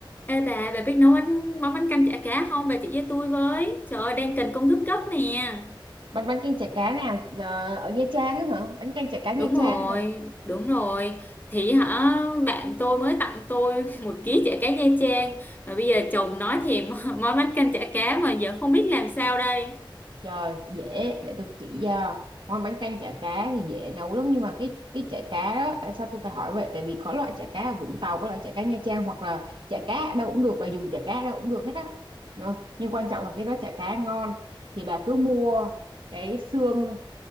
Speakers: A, on the left; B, on the right.
A: Ê bà, bà biết nấu bánh, món bánh canh chả cá không? Bà chỉ với tôi với. Trời ơi, đang cần công thức gấp nè.
B: bánh bánh canh chả cá nào Ờ, ở Nha Trang á hả bánh canh chả cá Nha
A: Đúng rồi,
B: Trang hả
A: đúng rồi. Thì hả, bạn tôi mới tặng tôi <laughs> một ký chả cá Nha Trang. Mà bây giờ chồng nói thèm <laughs> món bánh canh chả cá mà giờ không biết làm sao đây.
B: trời dễ để tôi chỉ cho món bánh canh chả cá thì dễ nấu lắm nhưng mà cái cái chả cá đó, tại sao tôi phải hỏi vậy tại vì có loại chả cá ở Vũng Tàu có loại chả cá Nha Trang hoặc là chả cá ở đâu cũng được bà dùng chả cá ở đâu cũng được hết á Đó. nhưng quan trọng là cái đó chả cá ngon thì bà cứ mua cái xương